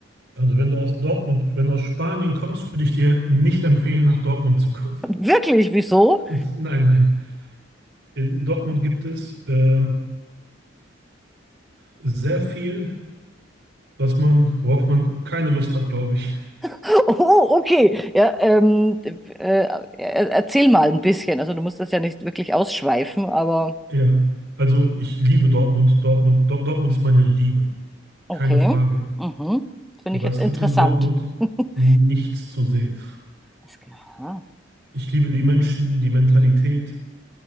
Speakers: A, on the right; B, in the centre.
A: Also wenn du aus Dortmund, wenn du aus Spanien kommst, würde ich dir nicht empfehlen, nach Dortmund zu kommen.
B: Wirklich, wieso?
A: <laughs> Nein, nein. In Dortmund gibt es ähm, sehr viel, was man, worauf man keine Lust hat, glaube ich.
B: <laughs> Oh, okay. Ja, ähm, äh, er- erzähl mal ein bisschen. Also du musst das ja nicht wirklich ausschweifen, aber
A: Ja. Also ich liebe Dortmund. Dortmund, Dor- Dortmund ist meine Liebe.
B: okay.
A: Keine Frage.
B: Mhm. Finde
A: Aber
B: ich jetzt
A: es
B: interessant.
A: gibt in Dortmund
B: <laughs>
A: nichts zu sehen.
B: Das, ge- aha.
A: Ich liebe die Menschen, die Mentalität,